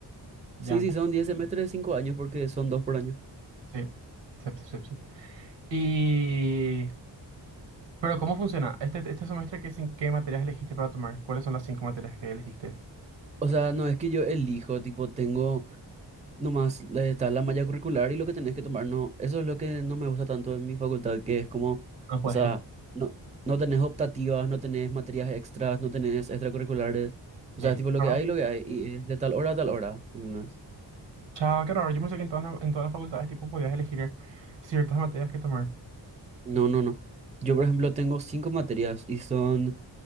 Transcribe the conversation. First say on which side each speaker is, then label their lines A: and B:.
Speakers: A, on the right; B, on the right.
A: Ya,
B: Sí, sí, son 10 semestres de 5 años porque son 2 por año.
A: sí. Sep, sep, sep, sep. Y... Pero ¿cómo funciona? Este, este semestre, ¿qué, cin- qué materias elegiste para tomar? ¿Cuáles son las cinco materias que elegiste?
B: O sea, no es que yo elijo, tipo, tengo nomás, la- está la malla curricular y lo que tenés que tomar, no, eso es lo que no me gusta tanto en mi facultad, que es como,
A: No puedes
B: o sea,
A: elegir.
B: no, no tenés optativas, no tenés materias extras, no tenés extracurriculares, o
A: Eh,
B: sea, tipo, lo
A: claro.
B: que hay, lo que hay, y es de tal hora a tal hora. No,
A: Chao, qué raro. Yo pensé que en todas las, en todas las facultades tipo podías elegir ciertas materias que tomar.
B: no, no. no. Yo, por ejemplo, tengo 5 materias y son...